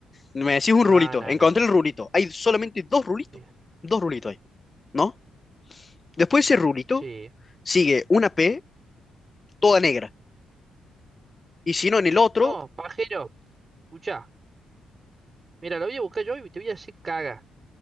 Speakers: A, on the left (about 25°); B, on the right (about 35°).
A: Me decís un
B: No,
A: rulito.
B: no,
A: Encontré
B: no, no.
A: el
B: te-
A: rulito. Hay solamente dos rulitos.
B: bien,
A: Dos rulitos hay. ¿No? Después de ese rulito
B: Sí.
A: sigue una P toda negra. Y si no, en el otro.
B: No, pajero, escuchá. Mira, lo voy a buscar yo y te voy a decir caga.